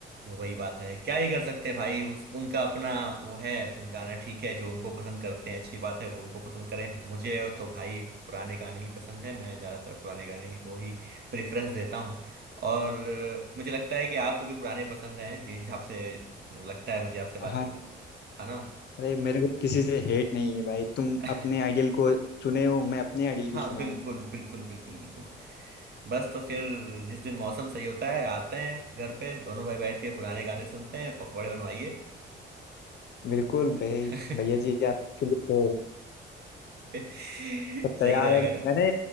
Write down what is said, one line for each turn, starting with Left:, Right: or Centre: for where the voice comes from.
Right: वही बात है क्या ही कर सकते हैं भाई उस, उनका अपना वो है उनका गाना ठीक है जो उनको पसंद करते हैं अच्छी बात है वो उनको पसंद करें मुझे तो भाई पुराने गाने ही पसंद है मैं ज्यादातर पुराने गाने ही को ही प्रेफरेंस देता हूँ और मुझे लगता है कि आपको भी पुराने पसंद हैं कि जिस हिसाब से लगता है मुझे आपसे बात
Left: हाँ
Right: करके है ना
Left: अरे मेरे को किसी से हेट नहीं है भाई तुम
Right: <laughs>
Left: अपने आइडियल को चुने हो मैं अपने आइडियल
Right: हाँ
Left: को चुना
Right: बिल्कुल
Left: हूँ
Right: बिल्कुल बिल्कुल बिल्कुल बस तो फिर जिस दिन मौसम सही होता है आते हैं घर पे दोनों भाई बैठ के पुराने गाने सुनते हैं पकौड़े बनवाइए
Left: बिल्कुल भाई
Right: <laughs>
Left: भैया जी आपके लिए तो
Right: सही
Left: सब तैयार
Right: रहेगा
Left: है
Right: ना
Left: मैंने